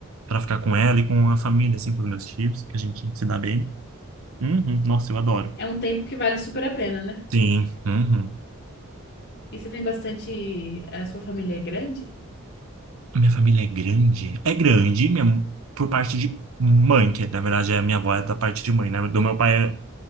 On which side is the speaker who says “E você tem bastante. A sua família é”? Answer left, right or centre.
Left